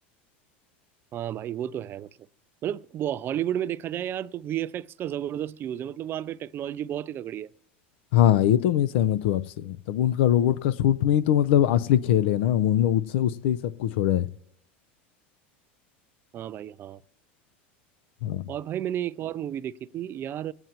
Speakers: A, on the right (about 35°); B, on the left (about 70°).
A: हाँ भाई वो तो है मतलब मतलब वो हॉलीवुड में देखा जाए यार तो वीएफएक्स का जबरदस्त यूज है मतलब वहां पे टेक्नोलॉजी बहुत ही तगड़ी है
B: हाँ ये तो मैं सहमत हूँ आपसे मतलब उनका रोबोट का सूट में ही तो मतलब असली खेल है ना उन उससे उससे ही सब कुछ हो रहा है
A: हाँ भाई हाँ
B: हाँ
A: और भाई मैंने एक और मूवी देखी थी यार